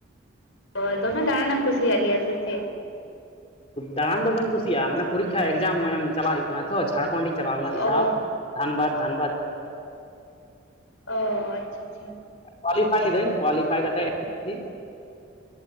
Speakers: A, on the left (about 85°); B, on the left (about 30°).
A: ᱦᱳᱭ ᱫᱚᱢᱮ ᱫᱟᱬᱟᱱᱮᱢ ᱠᱩᱥᱤᱭᱟᱜ ᱜᱮᱭᱟ ᱥᱮ ᱪᱮᱫ?
B: ᱫᱟᱬᱟᱱ ᱫᱚ ᱵᱟᱹᱧ ᱠᱩᱥᱤᱭᱟᱜ-ᱟ ᱢᱟᱱᱮ ᱯᱩᱨᱤᱠᱷᱟ ᱮᱠᱡᱟᱢ ᱮᱢ ᱪᱟᱞᱟᱜ ᱦᱩᱭᱩᱜ ᱠᱟᱱᱟ ᱛᱚ ᱡᱷᱟᱲᱠᱷᱚᱸᱰᱤᱧ ᱪᱟᱞᱟᱣ ᱞᱮᱱᱟ ᱢᱤᱫ
A: ᱚ
B: ᱫᱷᱟᱣ ᱾ ᱫᱷᱟᱱᱵᱟᱫᱽ ᱫᱷᱟᱱᱵᱟᱫᱽ
A: ᱚᱻ ᱟᱪᱪᱷᱟ ᱟᱪᱪᱷᱟ
B: ᱠᱳᱣᱟᱞᱤᱯᱷᱟᱭ ᱞᱤᱫᱟᱹᱧ ᱠᱳᱣᱟᱞᱤᱯᱷᱟᱭ ᱠᱟᱛᱮ <unintelligible>